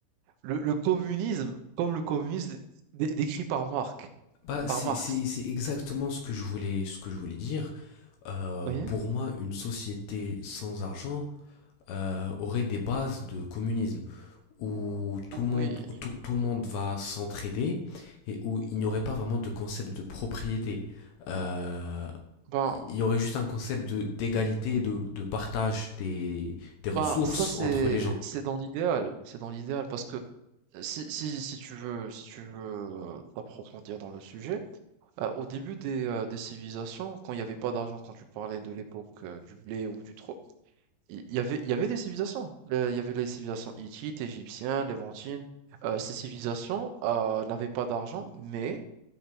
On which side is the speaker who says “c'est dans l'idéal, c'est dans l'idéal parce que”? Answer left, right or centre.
Right